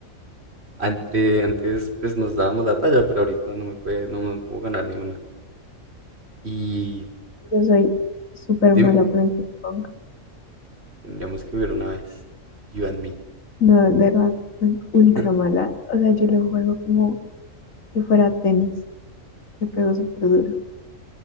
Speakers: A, on the right; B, on the left.
A: antes, antes pues nos dábamos la talla, pero ahorita no me puede, no me puedo ganar ni una. Y
B: Yo soy súper
A: dime,
B: mala para el ping pong.
A: tendríamos que hubiera una vez, you and me.
B: No, de verdad, soy ultra
A: <laughs>
B: mala. O sea, yo lo juego como si fuera tenis. Le pego súper duro.